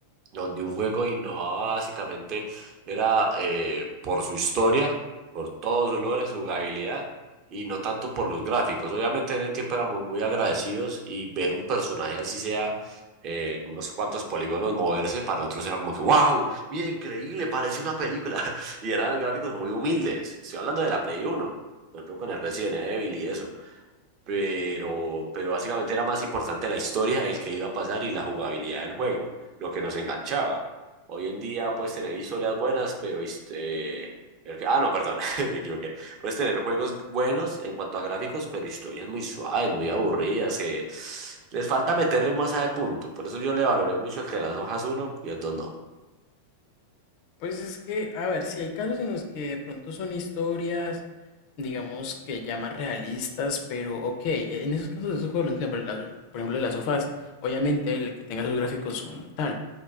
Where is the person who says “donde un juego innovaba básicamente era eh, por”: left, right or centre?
Right